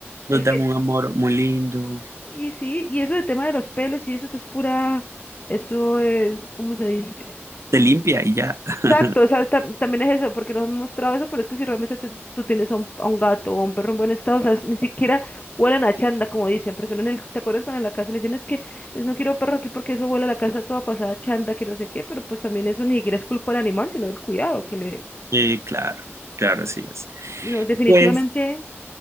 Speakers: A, on the right (about 75°); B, on the left (about 30°).
A: nos
B: el
A: dan
B: que,
A: un amor muy lindo.
B: y sí, y eso de tema de los pelos y eso, eso es pura, eso es, ¿cómo se dice?
A: Te limpia y ya. <laughs>
B: Exacto, o sea, tam- también es eso, porque nos han mostrado eso, pero es que si realmente te- tú tienes a un, a un gato o a un perro en buen estado, o sea, ni siquiera huelen a chanda, como dicen, porque uno en el, ¿te acuerdas cuando en la casa le dicen es que es, no quiero perro aquí porque eso huele a la casa toda pasada a chanda, que no sé qué, pero pues también eso ni siquiera es culpa del animal, sino del cuidado, que le,
A: Eh, claro, claro, así es.
B: no, definitivamente
A: Pues